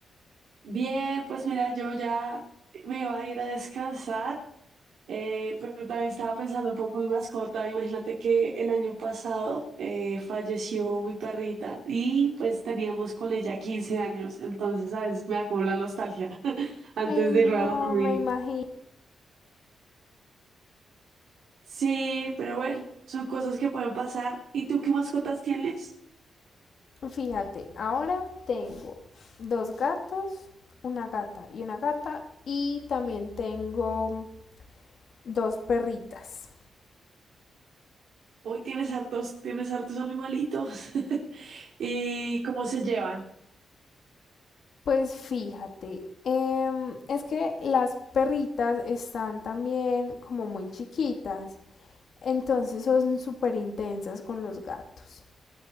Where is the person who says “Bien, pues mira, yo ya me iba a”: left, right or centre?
Right